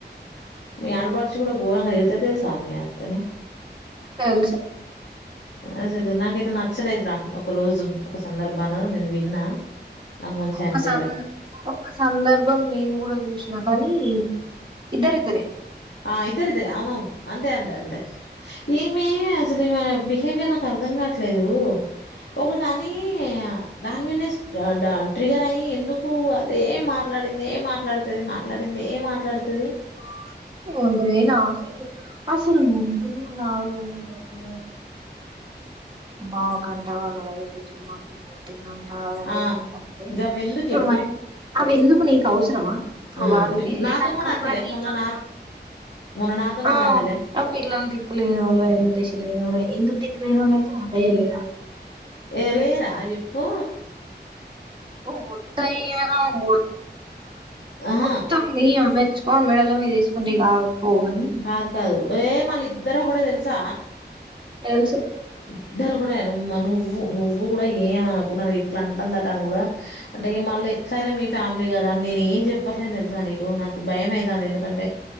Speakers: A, on the left; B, on the right.
A: మీ ఆడబటుచ కూడా ఘోరంగా తిడతే తెలుసా మీ అత్తనే
B: తెలుసు
A: అసలు నాకైతే నచ్చలేదురా ఒక రోజు ఒక సందర్భాన నేను విన్నా నాకు మంచిగా
B: ఒక
A: అనిపియలే
B: స ఒక సందర్భం నేను కూడా చూసినా కానీ ఇద్దారుద్దర
A: ఆ ఇద్దరుద్దరి అవునవును అంతే అందే అంతే ఏమ అసలు ఇ బిహేవయర్ న కర్దం కాట్లేదు ఒకట అని దాని మీద ట్రిగర్ అయి ఎ ఎందుకు అదేం మాట్లాడింది ఏం మాట్లాడుతుది మాట్లాడింది ఏం మాట్లాడుతుది
B: ఆ బ్రున్ ఆస అసలు ముందుజూ నరకు బావ కంట వాళ్ళ వైఫ్ ఇట్లా మందు మట్టింగ్ అ టంటే
A: ఆ
B: ఏదంటా ఉంటే
A: గవ్వెందుకు
B: ఇప్పుడు
A: చెప్పు
B: మరి అవి ఎందుకు నీకు అవసరమా
A: ఆ
B: వాళ్ళు
A: ఇప్
B: పళ్ళనాక
A: నాతోని అంటలే
B: కూడా నీతోనే
A: మొన్న నా మొన్న నాతోని
B: ఆ
A: కూడా అంటలే
B: అ పిల్లలు దికులు ఏనోళ ఎలు దేశాల ఎందుకు ద న్నాయితే అదయ లేరా
A: ఏ లేరా చేప్పు
B: ఓ మద్ద మ
A: ఆహా
B: మొత్తం న అ తెచ్చుకోని మెడల మీ తీసుకుంటే కా పోగాని
A: కాదు కాదు ఏ మళ్ళ ఇద్దరు కూడా తెలుసా
B: తెలుసు
A: ఇద్దరు కూడా నువ్వు నువ్వు కూడా ఏమనకు నాన ఇట్లా అంటుందట అని కూడా అంటే మళ్ళీ ఎట్లయినా మీ ఫ్యామిలీ కదా అని నేను ఏం చెప్పట్లేని తెలుసా నీకు నాకు భయం అవుతుంది ఎందుకంటే